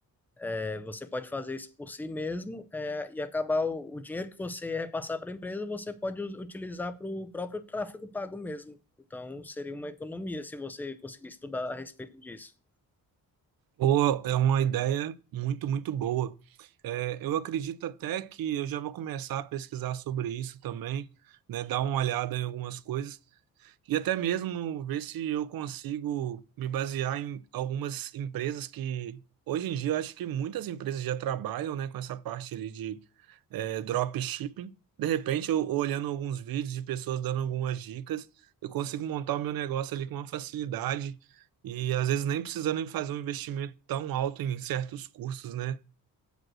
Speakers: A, in the centre; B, on the right (about 70°).
A: É, você pode fazer isso por si mesmo, é, e acabar o, o dinheiro que você repassar para a empresa, você pode us- utilizar para o próprio tráfego pago mesmo. Então, seria uma economia se você conseguir estudar a respeito disso.
B: Ou é uma ideia muito, muito boa. Eh, eu acredito até que eu já vou começar a pesquisar sobre isso também, né? Dar uma olhada em algumas coisas, E até mesmo ver se eu consigo me basear em algumas empresas que, hoje em dia, eu acho que muitas empresas já trabalham, né, com essa parte ali de eh, dropshipping. De repente, eu olhando alguns vídeos de pessoas dando algumas dicas, eu consigo montar o meu negócio ali com uma facilidade e, às vezes, nem precisando fazer um investimento tão alto em certos cursos, né?